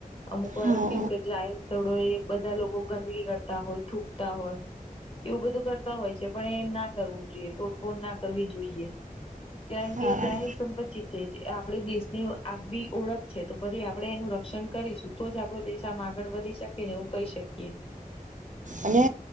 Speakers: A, on the left; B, on the right.
A: અમુક વાર
B: હા
A: કેવું કે જાહેર સ્થડો એ બધા લોકો ગંદગી કરતા હોય થૂકતા હોય એવું બધું કરતા હોય છે પણ એ ના કરવું જોઈએ તોડફોડ ના કરવી જોઈએ કારણ કે
B: હા
A: જાહેર સંપત્તિ છે આપડી દેશની આગવી ઓળખ છે તો ફરી આપડે એનું ર ક્ષણ કરીશું તો જ આપડો દેશ આમ આગળ વધી શકે ને એવું કહી શકીએ.
B: અને